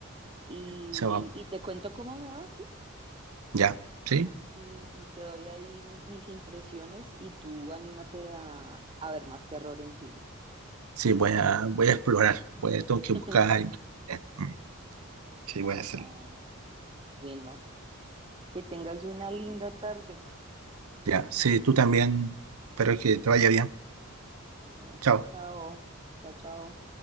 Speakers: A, on the right; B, on the right.
A: y,
B: se va.
A: y te cuento cómo me va, ¿sí?
B: Ya, sí.
A: y, y te doy ahí mi- mis impresiones y tú anímate a, a ver más terror en cine.
B: Sí, voy a, voy a explorar, voy a, tengo que buscar.
A: <laughs>
B: en internet. Mm, Sí, voy a hacerlo.
A: Ah, bueno, que tengas una linda tarde.
B: Ya, sí, tú también. Espero que te vaya bien.
A: Bueno,
B: Chao.
A: chao, chao, chao.